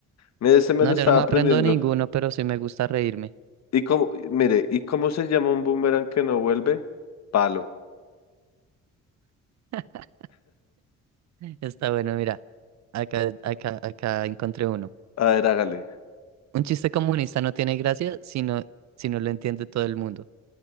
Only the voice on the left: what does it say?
Mire, este me
lo estaba
aprendiendo.
¿Y cómo, mire, ¿y cómo se llama un boomerang que no vuelve? Palo.
A ver, hágale.